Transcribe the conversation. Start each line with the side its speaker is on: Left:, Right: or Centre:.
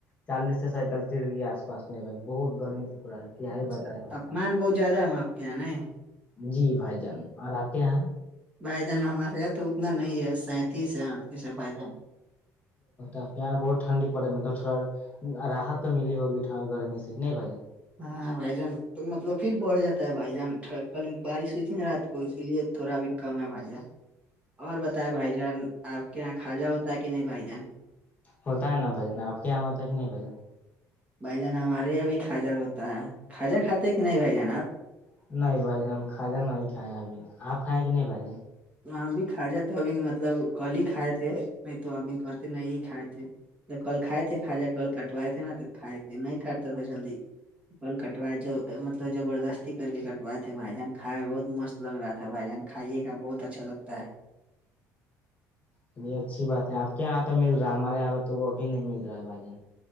Left: چالیس سے سینتالس کے آس پا میں با بہت گرمی پکا ہے کیا ہی
Right: اچھا
Left: بتائے بھائی
Right: تاپمان بہت زیادہ ہے وہ آپ کے یہ آنا ہے
Left: جی بھائی جان اور آپ کے یہاں
Right: بھائی جان ہمارے یہاں تو اتنا نہیں ہے سینتیس ہے اڑتیس ہے بھائی جان
Left: ا پہاں بہت ٹھنڈی پڑے ہے مطلب تھوڑا راحت تو ملی ہوگی گرمی سے نہیں بجہ
Right: ہاں بھائی جان تو مطلب پھر بڑھ جاتا ہے بھائی جان ٹھیک کل بارش ہوئی تھی نا رات کو اسی لیے تھوڑا بھی کم ہے بھائی ج اور بتائے بھائی جان آپ کے یہاں کھاجا ہوتا ہے کہ نہیں بھائی جان
Left: ہوتا ہے نا بجن آپ کے یہاں ہوتا ہے کہ نہیں بھجن
Right: بھائی جان ہمارے یہاں بھی کھاجا ہوتا ہے کھاجا
Left: اے
Right: کھاتے
Left: س
Right: کہ نہیں بھائی جان آپ
Left: نہیں بھائی جان ہم کھجان نہیں کھائے ہیں ابھی آپ کھائ ہیں کہ نہیں بھ جان
Right: وہ بھی کھا جات تو ابھی مطلب کل ہی کھائے تھے نہیں تو ابمی کہتےے نہیں ہی کھائے تھے کل کھائے تھے خاجہ کل کٹوائے تھے نا تو کائے تھے نہیں کاٹتے تھے جلدی پل کٹوائے جو مطلب زبردستی کر کے کٹوائے تھے بھائی جان کھا بہت مست لگ رہا تھا بھائی جان کھائیے کا بہت اچھا لگتا ہے
Left: ہ یہ اچھی بات ہے آپ کے یہاں تو مل رہا ہے ہمارے یہاں پہ تو وہ ابھی نہیں مل رہا ہے بھائی جان